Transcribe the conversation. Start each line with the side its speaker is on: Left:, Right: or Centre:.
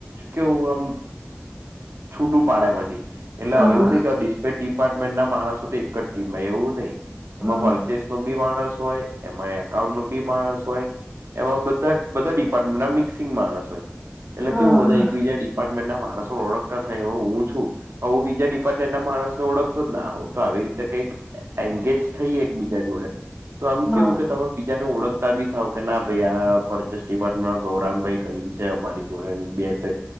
Right: કેવું આમ. છૂટું પાડે પછી, એટલે
Centre: હા
Right: હવે એું ને કેસ્પેટ ડિપાર્ટમેન્ટ ના માણસો તો. કમાં એવું નહી,
Centre: હા
Right: એમાં પરચેસ નો બી માણસ હોય. એમાં એકાઉન્ટ નું બી માણસ હોય. એમાં બધા બધા ડિપાર્ટમેન્ટ ના મિક્સિંગ માણસ હોય. એટલે
Centre: હા
Right: કે હું બધા એક બીજા ડિપાર્ટમેન્ટ ના માણસો ઓળખતા થાય એ હું છું. હું બીજા ડિપાર્ટમેન્ટ ના માણસ ને ઓળખતો જ ના હો તો આવી રીતે કઈક એંગેજ થઈ એકબીજા જોડે, તો આમ
Centre: હા
Right: કેવું કે તમામે બીજા ન ઓળખતા બી થાવ કે ના ભાઈ આ પરચેસ ડિપાર્ટમેન્ટમાં ગૌરાંગ ભાઈ કરીને છે અમારી જોડે બેસે.